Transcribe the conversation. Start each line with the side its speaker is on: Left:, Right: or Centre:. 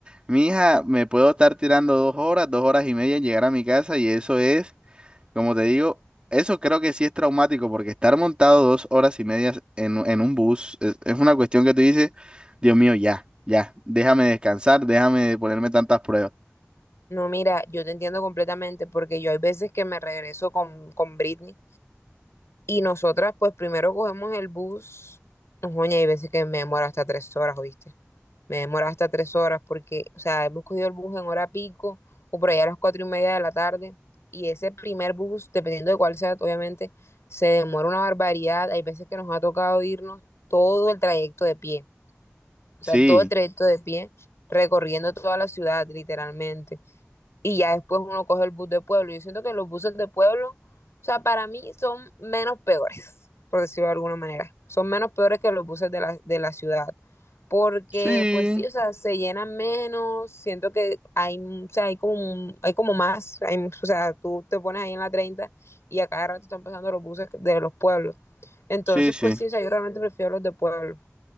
Right: mija, me puedo estar tirando dos horas, dos horas y media en llegar a mi casa y eso es como te digo, eso creo que sí es traumático porque estar montado dos horas y medias en, u- en un bus es, es una cuestión que tú dices, Dios mío, ya, ya, déjame descansar, déjame ponerme tantas pruebas.
Left: No, mira, yo te entiendo completamente porque yo hay veces que me regreso con, con Britney y nosotras pues primero cogemos el bus, no, joña, hay veces que me demora hasta tres horas, ¿oíste? Me demora hasta tres horas porque, o sea, hemos cogido el bus en hora pico o por allá a las cuatro y media de la tarde y ese primer bus, dependiendo de cuál sea, obviamente, se demora una barbaridad. Hay veces que nos ha tocado irnos todo el trayecto de pie.
Right: Sí,
Left: O sea, todo el trayecto de pie, recorriendo toda la ciudad, literalmente. Y ya después uno coge el bus de pueblo. Yo siento que los buses de pueblo, o sea, para mí son menos peores, por decirlo de alguna manera. Son menos peores que los buses de la, de la ciudad. Porque,
Right: sí,
Left: pues sí, o sea, se llenan menos, siento que hay, o sea, hay como, un- hay como más, hay- o sea, tú te pones ahí en la 30 y a cada rato están pasando los buses de los pueblos. Entonces,
Right: sí, sí.
Left: pues sí, o sea, yo realmente prefiero los de pueblo.